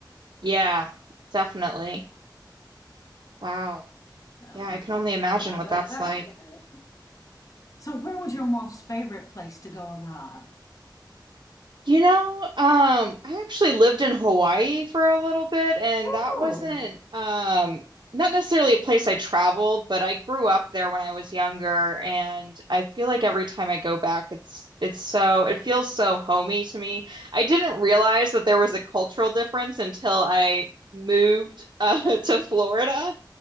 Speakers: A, on the right (about 70°); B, on the left (about 45°).
A: Yeah, definitely. Wow.
B: So
A: Yeah, I can only imagine
B: yeah,
A: what
B: that,
A: that's
B: that
A: like.
B: So where was your most favorite place to go abroad?
A: You know, um, I actually lived in Hawaii for a little bit, and
B: Oh,
A: that wasn't um, not necessarily a place I traveled, but I grew up there when I was younger, and I feel like every time I go back, it's it's so it feels so homey to me. I didn't realize that there was a cultural difference until I moved uh,
B: <laughs>
A: <laughs> to Florida,